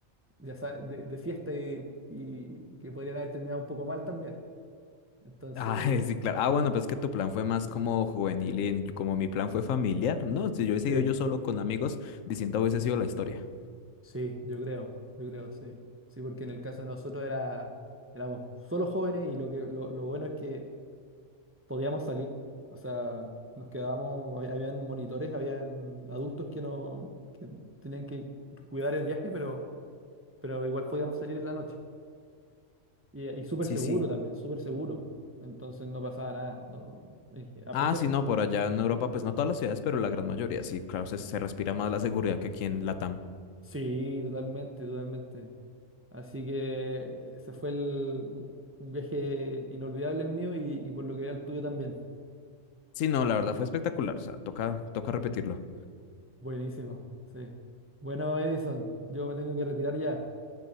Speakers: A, on the right (about 20°); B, on the left (about 80°).
A: ya sa- de- de fiesta y, y que podrían haber terminado un poco mal también. Entonces,
B: Ah, <laughs> sí, claro. Ah, bueno, pero es que tu plan fue más como juvenil y en- como mi plan fue familiar. No, si yo hubiese
A: sí,
B: ido yo solo con amigos, distinta hubiese sido la historia.
A: sí, yo creo, yo creo, sí. Sí, porque en el caso de nosotros era, éramos solo jóvenes y lo que, lo, lo bueno es que podíamos salir. O sea, nos quedábamos, hab- habían monitores, habían adultos que no, que tenían que cuidar el viaje, pero, pero igual podíamos salir en la noche. Y, y súper
B: Sí,
A: seguro
B: sí.
A: también, súper seguro. Entonces no pasaba nada. No,
B: Ah,
A: excepto,
B: sí, no, por allá en Europa, pues no todas las ciudades, pero la gran mayoría, sí, claro, se, se respira más la seguridad que aquí en Latam.
A: sí, totalmente, totalmente. Así que ese fue el, un un viaje inolvidable el mío y, y por lo que veo el tuyo también.
B: Sí, no, la verdad fue espectacular, o sea, toca, toca repetirlo.
A: Buenísimo, sí. Bueno, Edison, yo me tengo que retirar ya.